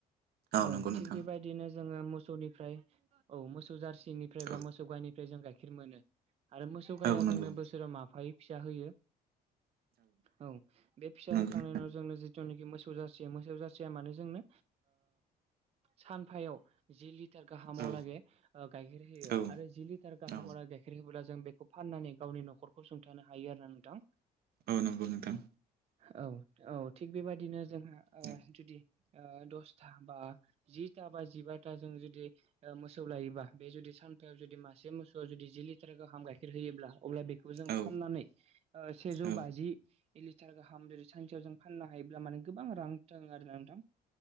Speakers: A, on the right; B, on the right.
A: औ
B: नंगौ
A: थिग
B: नोंथां
A: बेबायदिनो जोङो मोसौनिफ्राय औ मोसौ जारसिनिफ्राय बा
B: औ
A: मोसौ गायनिफ्राय जों गाइखेर मोनो। आरो मोसौ गाया
B: औ नंगौ
A: जोंनो बोसोराव माफायै फिसा होयो। औ बे फिसा
B: नंगौ
A: होखांनायनि उनाव जोंनो ज जिथुनाखि मोसौ जासि मोसौ जासिया मानो जोंनो सानफायाव जि लिार गाहामाव
B: औ
A: लागै गाइखेर होयो
B: औ
A: आरो जि लिटार गाहामाव
B: औ
A: गाइखेर हो अब्ला जों बेखौ फाननानै गावनि न'खरखौ सुंथानो हायो आरो ना नोंथां।
B: औ नंगौ नोंथां।
A: औ औ थिग बेबायाददिनो जोंहा
B: औ
A: जुदि दसथा बा जिथा बा जिबाथा जों जुदि मोसौ लायोबा बे जुदि। सानथायायाव जुदि मासे मोसौ जुदि जि लिटार गाहाम गाइखेर होयोब्ला अब्ला बेखौ जों
B: औ
A: फाननानै सेजौ
B: औ
A: बाजि। ए लिटार गाहाम जुदि सानसेयाव जों फाननो हायोब्ला माने गोबां रां थाङो आरो ना नोंथां।